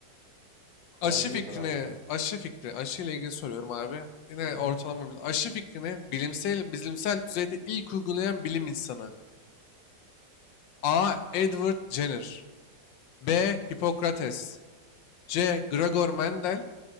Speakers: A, on the right; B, on the left.
A: Kolay
B: Aşı
A: bir şey
B: fikrini,
A: sor abi.
B: aşı fikri, aşı ile ilgili soruyorum abi. Yine
A: Hı hı.
B: ortalama bir- aşı fikrini bilimsel bilimsel düzeyde ilk uygulayan bilim insanı. A. Edward Jenner. B. Hipokrates. C. Gregor Mendel.